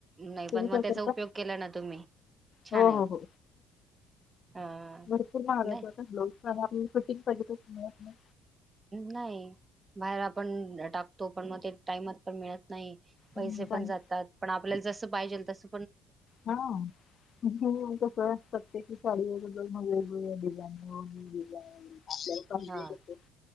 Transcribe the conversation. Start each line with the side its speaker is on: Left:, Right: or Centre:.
Right: नाही
Left: तुम्ही
Right: पण मग
Left: काय
Right: त्याचा
Left: करता?
Right: उपयोग केला ना तुम्ही. छान
Left: हो
Right: आहे
Left: हो हो
Right: अ
Left: भरपूर महागाचयत
Right: नाही
Left: आता ब्लाउज. पण आपल्याला सुट्टी पाहिजे ती मीळत न्हाय.
Right: नाही बाहेर आपण टाकतो पण मग ते टाइमात पण मिळत नाही पैसे
Left: हम्म.
Right: पण
Left: आणि
Right: जातात पण आपल्याला जस पाहिजेल तस
Left: हा जसं होईल तस जरते की. सााडी वगर मगै डिझाईन व डिझाईन आपल्या ला पाहिजे
Right: हा
Left: तस